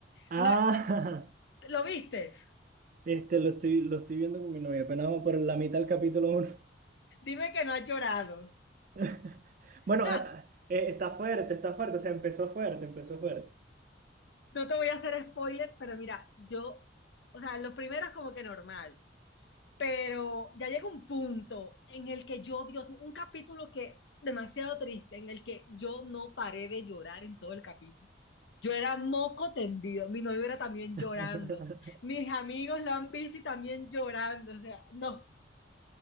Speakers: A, on the right; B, on the left.
A: Ah,
B: Mira, ¿lo viste?
A: <laughs> este, lo estoy, lo estoy viendo con mi novia, apenas vamos por la mitad del capítulo 1.
B: Dime que no has llorado.
A: <laughs> Bueno,
B: <laughs>
A: a- a- eh, está fuerte, está fuerte, o sea, empezó fuerte, empezó fuerte.
B: No te voy a hacer spoiler, pero mira, yo, o sea, lo primero es como que normal, pero ya llega un punto en el que yo, Dios mío, un capítulo que demasiado triste, en el que yo no paré de llorar en todo el capítulo. Yo era moco tendido, mi novio era también llorando,
A: <laughs>
B: mis amigos lo han visto y también llorando, o sea, no,